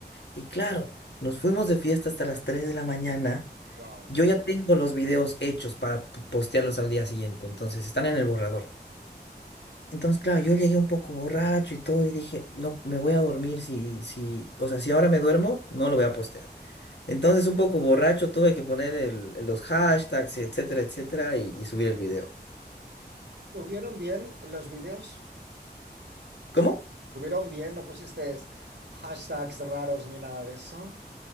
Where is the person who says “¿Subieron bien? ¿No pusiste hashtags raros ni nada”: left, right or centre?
Right